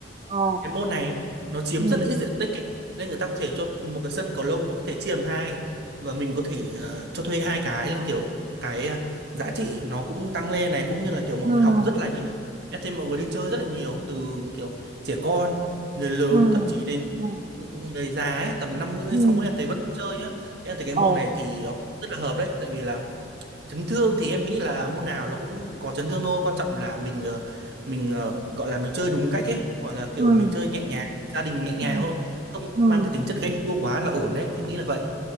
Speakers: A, on the right (about 35°); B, on the right (about 60°).
A: ờ,
B: cái môn này ấy, nó chiếm
A: ừm,
B: rất là ít diện tích ấy. Nên người ta có thể cho một cái sân cầu lông mà có thể chia làm hai và mình có thể ờ, cho thuê hai cái là kiểu cái ờ, giá trị nó cũng tăng lên này cũng như là kiểu mọi
A: ừm,
B: người học rất là nhiều em thấy mọi người đi chơi rất là nhiều từ kiểu trẻ con người lớn
A: ừm,
B: thậm chí đến
A: ừm,
B: người già ấy, tầm 50
A: ừm,
B: 60 em thấy vẫn chơi nhá thì em thấy cái
A: ờ,
B: môn này thì nó rất là hợp đấy tại vì là chấn thương thì em nghĩ là môn nào nó cũng có chấn thương thôi quan trọng là mình ờ, mình ờ, gọi là mình chơi đúng cách ấy hoặc là kiểu
A: ừm,
B: mình chơi nhẹ nhàng gia đình nhẹ nhàng
A: ừm,
B: thôi không
A: ừm,
B: mang cái tính chất ganh đua quá là ổn đấy em nghĩ là vậy